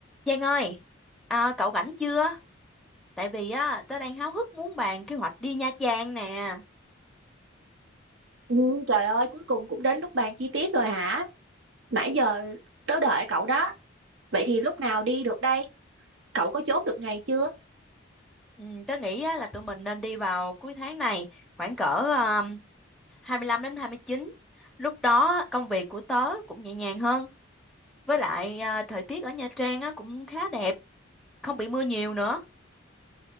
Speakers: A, in the centre; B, on the right.
A: Giang ơi, à, cậu rảnh chưa? Tại vì á, tớ đang háo hức muốn bàn kế hoạch đi Nha Trang nè.
B: Ừ, trời ơi, cuối cùng cũng đến lúc bàn chi tiết rồi hả? Nãy giờ tớ đợi cậu đó. Vậy thì lúc nào đi được đây? Cậu có chốt được ngày chưa?
A: Ừ, tớ nghĩ á, là tụi mình nên đi vào cuối tháng này, khoảng cỡ um, 25 đến 29. Lúc đó công việc của tớ cũng nhẹ nhàng hơn. Với lại à, thời tiết ở Nha Trang á, cũng khá đẹp, không bị mưa nhiều nữa.